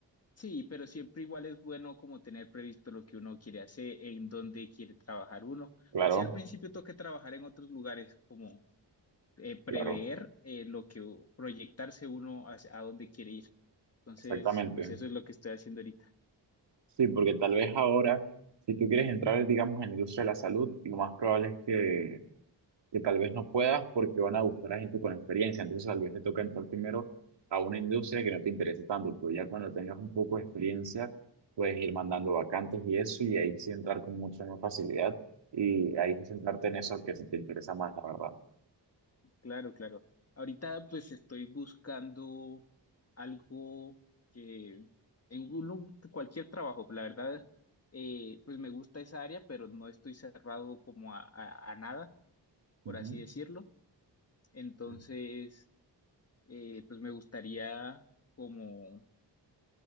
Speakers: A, on the left; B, on the right.
A: sí, pero siempre igual es bueno como tener previsto lo que uno quiere hacer, en dónde quiere trabajar uno.
B: Claro,
A: Así al principio toca trabajar en otros lugares, como eh, prever
B: claro,
A: eh, lo que, proyectarse uno hacia- a dónde quiere ir. Entonces,
B: exactamente.
A: pues eso es lo que estoy haciendo ahorita.
B: Sí, porque tal vez ahora, si tú quieres entrar, digamos, en la industria de la salud, lo más probable es que que tal vez no puedas porque van a buscar a gente con experiencia. Entonces, tal vez te toca entrar primero a una industria que no te interesa tanto, pero ya cuando tengas un poco de experiencia, puedes ir mandando vacantes y eso, y ahí sí entrar con mucha más facilidad y ahí sí centrarte en eso que sí te interesa más, la verdad.
A: Claro, claro. Ahorita pues estoy buscando algo que en uno- cualquier trabajo, la verdad, eh, pues me gusta esa área, pero no estoy cerrado como a, a- a nada, por
B: Ujú,
A: así decirlo. Entonces,
B: ujú,
A: eh, pues me gustaría como